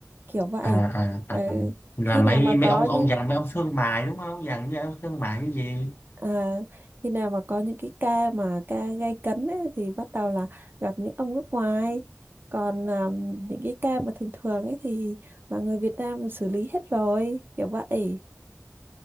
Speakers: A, on the right (about 40°); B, on the left (about 45°).
A: kiểu vậy
B: à, à,
A: ừ,
B: à, à. là
A: khi
B: mấy
A: nào mà
B: mấy
A: có
B: ông
A: những
B: ông già mấy ông thương mại đúng không dạng như ông thương mại cái gì
A: À, khi nào mà có những cái ca mà ca gay cấn ấy, thì bắt đầu là gặp những ông nước ngoài còn à, những cái ca mà thường thường ấy thì là người Việt Nam xử lý hết rồi kiểu vậy